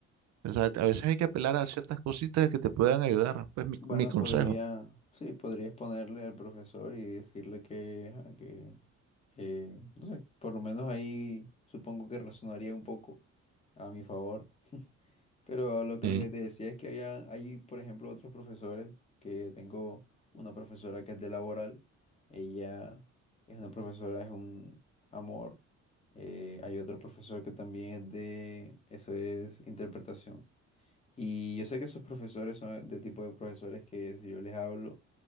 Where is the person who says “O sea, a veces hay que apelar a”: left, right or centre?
Right